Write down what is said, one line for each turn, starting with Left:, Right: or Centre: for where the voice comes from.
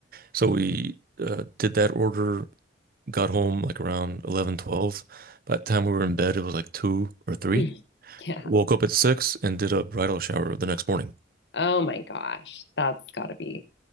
Right: So we uh, did that order, got home like around 11, 12. By the time we were in bed, it was like two or three.
Left: <laughs> Yeah.
Right: Woke up at six and did a bridal shower the next morning.
Left: Oh my gosh. That's gotta be